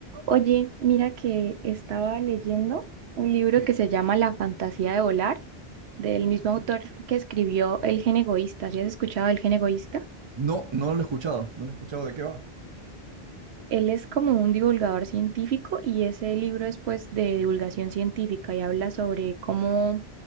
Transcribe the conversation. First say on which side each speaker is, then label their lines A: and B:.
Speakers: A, on the right; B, on the right.
A: Oye, mira que estaba leyendo un libro
B: Sí,
A: que se llama La fantasía de volar, del mismo
B: sí.
A: autor que escribió El gen egoísta. ¿Sí has escuchado El gen egoísta?
B: No, no lo he escuchado, no lo he escuchado. ¿De qué va?
A: Él es como un divulgador científico y ese libro es pues de divulgación científica y habla sobre cómo,